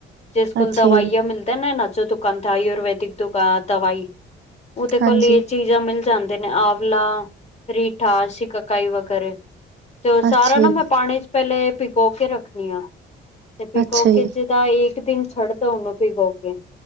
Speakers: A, on the left; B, on the right.
A: ਜਿਸ ਕੋਲ
B: ਅੱਛਾ
A: ਦਵਾਈਆਂ
B: ਜੀ
A: ਮਿਲਦੇ ਨਾ ਨਾ ਜੋ ਦੁਕਾਨਥ ਆਯੁਰਵੈਦਿਕ ਦੁਕਾਨ ਦਵਾਈ। ਉਹਦੇ ਕੋਲ
B: ਹਾਂਜੀ
A: ਇਹ ਚੀਜ਼ਾਂ ਮਿਲ ਜਾਂਦੇ ਨੇ ਆਂਵਲਾ, ਰੀਠਾਸੀ ਸੀਕਾਕਾਈ ਵਗੈਰਾ। ਤੇ ਉਹ ਸਾਰਾ
B: ਅੱਛਾ
A: ਨਾ ਮੈਂ
B: ਜੀ
A: ਪਾਣੀ ਚ' ਪਹਿਲੇ ਪਿਗੋ ਕੇ ਰੱਖਣੀ ਆ ਤੇ ਪਿਗੋਕੇ
B: ਅੱਛਾ ਜੀ
A: ਚ' ਤਾਂ ਇੱਕ ਦਿਨ ਛੱਡਦਾ ਉਹਨੂੰ ਭਿਗੋ ਕੇ